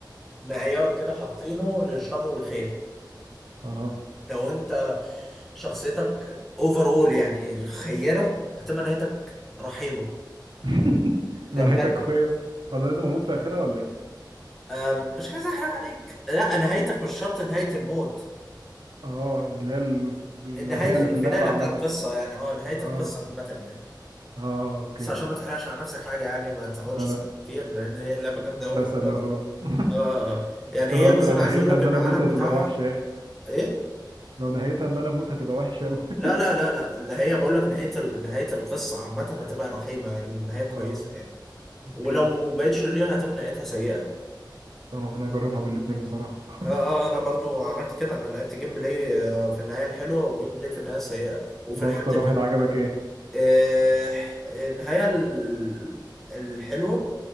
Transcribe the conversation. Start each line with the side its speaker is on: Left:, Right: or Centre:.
Centre: معيار كده حاطينه للشر والخير
Right: اه
Centre: لو انت شخصيتك اوفر اول يعني خيره هتبقى نهايتك رحيمه
Right: <laughs> تبقى
Centre: ده بجد
Right: نهايتك كويس وانا لازم اموت في اخرها ولا ايه
Centre: آم، مش عايز احرق عليك لا نهايتك مش شرط نهايه الموت
Right: اه اللي هي ال- النهايه
Centre: نهاية
Right: اللي
Centre: الفينالة
Right: في اللعبه عامه
Centre: بتاع القصة يعني اه نهاية
Right: اه
Centre: القصة عامة يعني
Right: اه اوكي
Centre: بس عشان ما تحرقش على نفسك حاجة يعني ما تقعدش
Right: لا
Centre: تسأل
Right: لا
Centre: كتير لأن هي لعبة جامدة
Right: مش
Centre: أوي
Right: هسأل
Centre: أنا ممكن
Right: لا
Centre: اه
Right: خلاص <laughs>
Centre: آه. آه. يعني
Right: بس انا
Centre: هي
Right: قلت
Centre: بص
Right: لو
Centre: أنا
Right: نهايتها
Centre: عايز أقول لك
Right: ان
Centre: إن
Right: انا
Centre: العالم
Right: اموت هتبقى
Centre: بتاعها
Right: وحشه يا اخي
Centre: إيه؟
Right: لو نهايتها ان انا اموت هتبقى وحشه قوي <laughs>
Centre: لا لا لا لا اللي هي بقول لك نهاية ال... نهاية القصة عامة هتبقى رحيمة يعني نهاية كويسة
Right: اه
Centre: يعني
Right: اوكي
Centre: ولو بقيت شرير هتبقى نهايتها سيئة
Right: طب انا هجربها بالاتنين بصراحه <laughs>
Centre: اه اه آه، انا برضو عملت كده انا لعبت جيم بلاي آه، في النهايه الحلوه وجيم بلاي في النهايه السيئه وفي الحالتين
Right: هو اكتر واحد عجبك ايه
Centre: آه، آه، النهايه ال- الحلوه